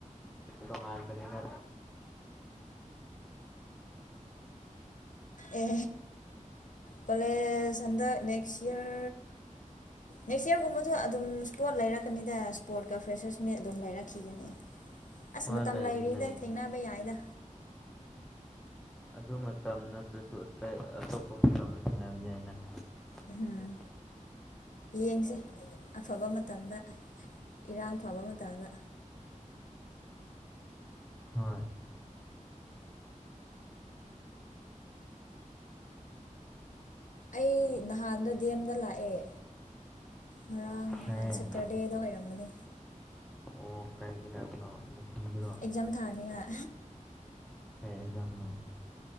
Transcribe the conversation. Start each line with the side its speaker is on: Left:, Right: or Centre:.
Centre: ꯇꯣꯉꯥꯟꯕꯅꯤꯅ
Left: ꯑꯦ ꯀꯂꯦꯖ ꯍꯥꯟꯗꯥꯛ ꯅꯦꯛꯁ ꯌꯤꯔ ꯅꯦꯛꯁ ꯌꯔꯒꯨꯝꯕꯗ ꯑꯗꯨꯝ ꯁ꯭ꯄꯣꯠ ꯂꯩꯔꯛꯀꯅꯤꯗ ꯁ꯭ꯄꯣꯠꯀ ꯐ꯭ꯔꯦꯁꯔꯁ ꯃꯤꯠ ꯑꯗꯨꯝ ꯂꯩꯔꯛꯈꯤꯒꯅꯤ ꯑꯁ
Centre: ꯍꯣꯏ
Left: ꯃꯇꯝ
Centre: ꯂꯩꯕꯗꯤ
Left: ꯂꯩꯔꯤꯗ
Centre: ꯂꯩꯅꯤꯗ
Left: ꯊꯦꯡꯅꯕ ꯌꯥꯏꯗ
Centre: ꯑꯗꯨ ꯃꯇꯝ ꯅꯠꯇ꯭ꯔꯁꯨ ꯑꯇꯩ ꯑꯇꯣꯞꯄ ꯃꯇꯝ ꯊꯦꯡꯅꯕ ꯌꯥꯏꯗ <inaudible>
Left: ꯎꯝ ꯌꯦꯡꯁꯦ ꯑꯐꯕ ꯃꯇꯝꯗ ꯏꯔꯥꯡ ꯐꯕ ꯃꯇꯝꯗ
Centre: ꯍꯣꯏ
Left: ꯑꯩ ꯅꯍꯥꯟꯗ ꯗꯦꯝꯗ ꯂꯥꯛꯑꯦ ꯉꯔꯥꯡ ꯅꯍꯥꯟ
Centre: ꯇꯥꯏꯌꯦ
Left: ꯁꯦꯇꯔꯗꯦꯗ ꯑꯣꯏꯔꯝꯒꯅꯤ
Centre: ꯑꯣ ꯀꯩꯒꯤ <unintelligible> ꯃꯤꯁꯟꯒꯤꯔꯣ
Left: ꯑꯦꯛꯖꯥꯝ ꯊꯥꯅꯤꯉꯥꯏ
Centre: ꯀꯩ ꯑꯦꯛꯖꯥꯝꯅꯣ